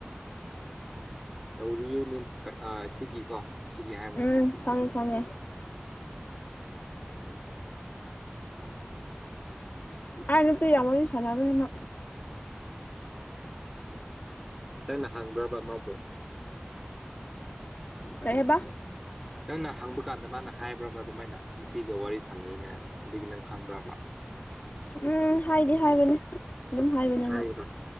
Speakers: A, in the centre; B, on the left (about 50°).
A: ꯇꯧꯔꯤꯌꯦ ꯃꯤꯟꯁ ꯁꯤꯒꯤꯀꯣ ꯁꯤꯒꯤ ꯍꯥꯏꯕꯅꯤ
B: ꯎꯝ ꯈꯪꯉꯦ ꯈꯪꯉꯦ ꯑꯥ ꯅꯨꯄꯤ ꯌꯥꯝ ꯋꯥꯔꯤ ꯁꯥꯟꯅꯕꯅꯦ ꯃꯥ
A: ꯅꯪꯅ ꯍꯥꯡꯕ꯭ꯔꯕ ꯃꯥꯕꯣ
B: ꯀꯩ ꯍꯥꯏꯕ
A: ꯅꯪꯅ ꯍꯪꯕ ꯀꯥꯟꯗ ꯃꯥꯅ ꯍꯥꯏꯕ꯭ꯔꯕ ꯑꯗꯨꯃꯥꯏꯅ ꯅꯨꯄꯤꯒ ꯋꯥꯔꯤ ꯁꯥꯟꯅꯩꯅ ꯑꯗꯨꯒꯤ ꯅꯪ ꯈꯪꯕ꯭ꯔꯕ
B: ꯎꯝ ꯍꯥꯏꯗꯤ ꯍꯥꯏꯕꯅꯦ ꯑꯗꯨꯝ ꯍꯥꯏꯕꯅꯦ
A: ꯍꯥꯏꯔꯤꯕ
B: ꯃꯥ